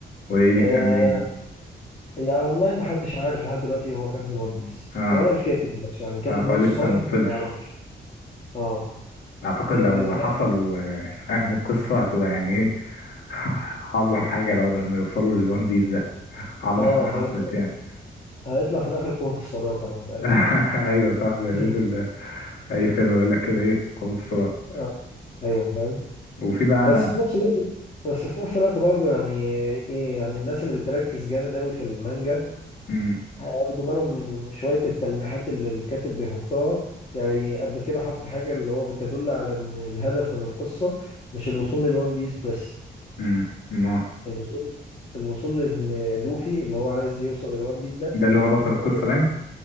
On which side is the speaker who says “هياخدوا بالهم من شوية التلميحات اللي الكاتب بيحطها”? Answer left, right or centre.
Left